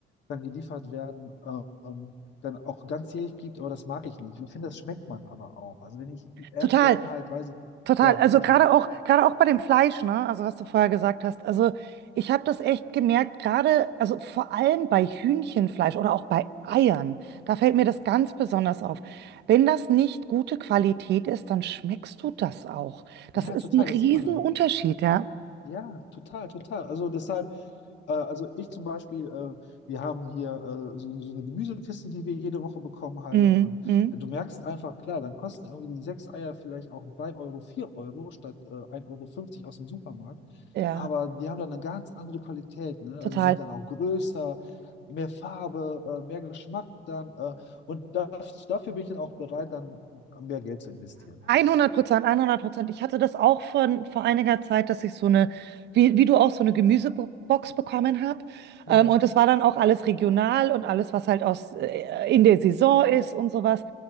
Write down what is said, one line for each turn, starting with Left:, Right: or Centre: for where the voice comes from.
Left: dann geliefert werden, ähm, dann auch ganzjährig gibt, aber das mag ich nicht. Ich finde, das schmeckt man aber auch. Also wenn ich Erdbeeren
Right: Total.
Left: halt, weiß ich,
Right: Total,
Left: ja,
Right: also
Left: bitte.
Right: gerade auch, gerade auch bei dem Fleisch, ne? Also was du vorher gesagt hast. Also ich habe das echt gemerkt, gerade, also vor allem bei Hühnchenfleisch oder auch bei Eiern, da fällt mir das ganz besonders auf. Wenn das nicht gute Qualität ist, dann schmeckst du das auch. Das
Left: Ja,
Right: ist
Left: total,
Right: ein Riesenunterschied,
Left: das sieht man ja auch.
Right: ja.
Left: Ja, total, total. Also deshalb, äh, also ich zum Beispiel, äh, wir haben hier äh, so, so eine Gemüsekiste, die wir jede Woche bekommen halt.
Right: Mhm.
Left: Und
Right: Mhm.
Left: du merkst einfach, klar, dann kosten irgendwie die sechs Eier vielleicht auch 3 Euro, 4 Euro statt äh, 1,50 Euro fünfzig aus dem Supermarkt.
Right: Ja,
Left: Aber die haben dann eine ganz andere Qualität, ne?
Right: total.
Left: Also sind dann auch größer, mehr Farbe, äh, mehr Geschmack dann. Äh, und das, dafür bin ich dann auch bereit, dann mehr Geld zu investieren halt.
Right: 100 Prozent, 100 Prozent. Ich hatte das auch von, vor einiger Zeit, dass ich so eine, wie, wie du auch, so eine Gemüsebox bekommen habe.
Left: Ja.
Right: Ähm, und das war dann auch alles regional und alles, was halt aus, äh, in der Saison ist und sowas.